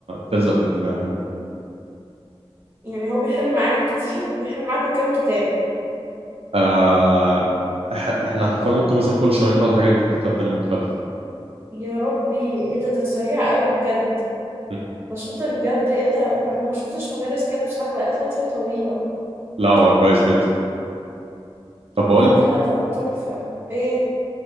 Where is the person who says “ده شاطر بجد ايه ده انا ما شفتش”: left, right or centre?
Right